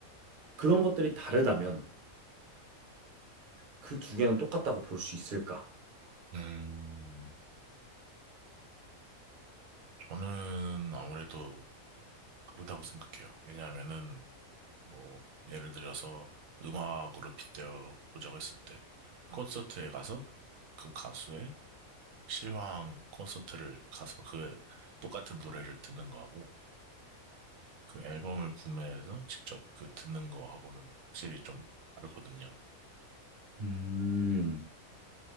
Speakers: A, on the right; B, on the right.
A: 그런 것들이 다르다면 그 두 개는 똑같다고 볼 수 있을까?
B: 음, 저는 아무래도 다르다고 생각해요. 왜냐하면은, 뭐, 예를 들어서 음악으로 빗대어 보자고 했을 때, 콘서트에 가서 그 가수의 실황 콘서트를 가서 그 똑같은 노래를 듣는 거하고, 그 앨범을 구매해서 직접 그 듣는 거하고는 확실히 좀 다르거든요.
A: 음,